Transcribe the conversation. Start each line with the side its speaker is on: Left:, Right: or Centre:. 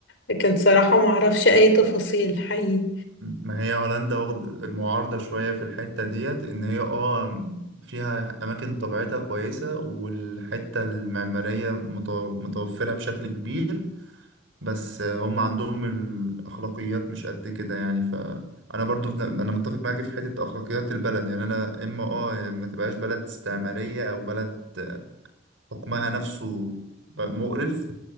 Left: لكن صراحة ما اعرفش اي تفاصيل حقيقي
Right: ما هي هولندا واخد- معارضة شوية في الحتة ديت ان هي اه فيها اماكن طبيعتها كويسة والحتة المعمارية متو- متوفرة بشكل كبير بس هم عندهم الأخلاقيات مش قد كده يعني فأنا برضو في- أنا متفق معاك في حتة أخلاقيات البلد يعني أنا إما آه يا إما تبقاش بلد استعمارية أو بلد حكمها نفسه مقرف